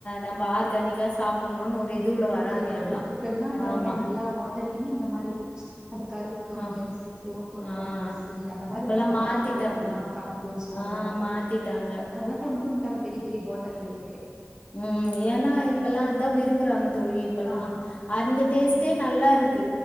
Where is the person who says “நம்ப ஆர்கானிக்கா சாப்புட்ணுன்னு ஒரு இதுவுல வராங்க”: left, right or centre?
Left